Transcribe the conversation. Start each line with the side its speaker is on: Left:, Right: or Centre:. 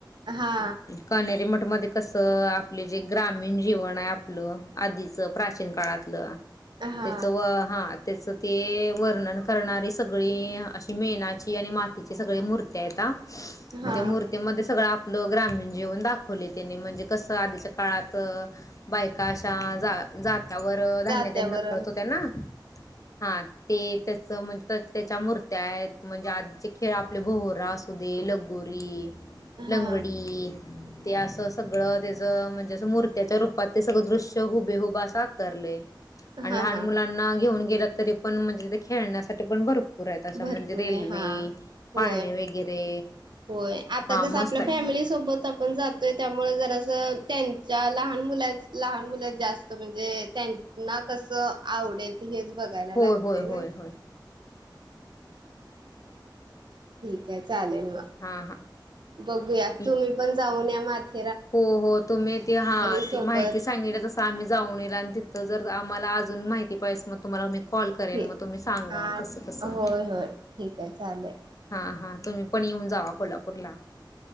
Right: हा
Left: कणेरी मठ मध्ये कसं आपले जे ग्रामीण जीवन आहे आपलं आधीच प्राचीन काळातलं
Right: हा
Left: त्याच हा त्याच ते वर्णन करणारी सगळी अशी मेणाची आणि मातीची सगळी मुर्त्यात
Right: हा
Left: म्हणजे मूर्तीमध्ये सगळं आपलं ग्रामीण जीवन दाखवले त्यांनी म्हणजे कसं आधीच्या काळात बायका अशा जात जात्यावर धान्य
Right: जात्यावर
Left: तेन दळत हो त्या ना हा ते त्याच म्हणजे त्याच्या मूर्त्या आहेत म्हणजे आजचे खेळ आपले भोरा असू दे लगोरी लंगडी
Right: हा
Left: ते असं सगळं त्याच म्हणजे असं मूर्त्याच्या रूपात ते सगळं दृश्य हुबेहुब असं आकारले. आणि
Right: हा
Left: लहान
Right: हा
Left: मुलांना घेऊन गेला तरी पण म्हणजे तथ खेळण्यासाठी पण भरपूर भरपूर आहे असं
Right: भरपूर
Left: म्हणजे रेल्वे
Right: आहे हा होय
Left: पाळणे वगैरे
Right: होय आता
Left: हां,
Right: कसं
Left: मस्त
Right: आपल्या
Left: आहे.
Right: फॅमिली सोबत आपण जातोय त्यामुळे जरा त्यांच्या लहान मुल लहान मुल जास्त म्हणजे त्यांना कसं आवडेल हेच बघायला
Left: होय,
Right: लागते
Left: होय, होय,
Right: ना
Left: होय.
Right: ठीक आहे चालेल मग
Left: हां, हां.
Right: बघूया
Left: मी
Right: तुम्ही पण जाऊन या माझ्या
Left: हो हो तुम्ही ती हा
Right: सोबत
Left: ती माहिती सांगितली तसं आम्ही जाऊन येईल आणि तिथं जर आम्हाला अजुन माहिती पाहिेजे मग तुम्हाला मी फोन कॉल करेन
Right: ठीक
Left: मग तुम्ही सांगा
Right: हा
Left: कसं कसं
Right: होय होय ठीक आहे चालेल
Left: हा हा तुम्ही पण येऊन जावा कोल्हापूरला